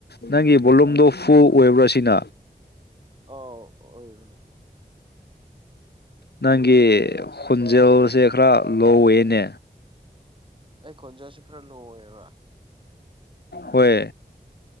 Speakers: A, on the left; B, on the right.
A: ꯅꯪꯒꯤ ꯕꯣꯂꯨꯝꯗꯣ ꯐꯨꯜ ꯑꯣꯏꯕ꯭ꯔꯥ ꯁꯤꯅ
B: ꯑꯥꯎ ꯑꯣꯏꯕꯅꯦ
A: ꯅꯪꯒꯤ ꯈꯣꯟꯖꯦꯜꯁꯦ ꯈꯔ ꯂꯣ ꯑꯣꯏꯌꯦꯅꯦ
B: ꯑꯩ ꯈꯣꯟꯖꯦꯜꯁꯦ ꯈꯔ ꯂꯣꯏ ꯑꯣꯏꯕ
A: ꯍꯣꯏ